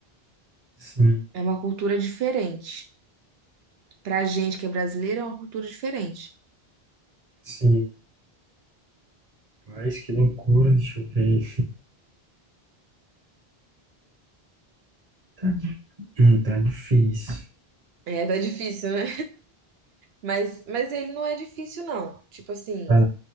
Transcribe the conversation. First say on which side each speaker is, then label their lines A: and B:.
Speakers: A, on the right; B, on the right.
A: sim,
B: É uma cultura diferente. Pra gente que é brasileiro, é uma cultura diferente.
A: sim. Mas que loucura, deixa eu ver. Tá Hum, tá difícil.
B: É, tá difícil, né? Mas, mas ele não é difícil, não. Tipo assim,
A: Tá.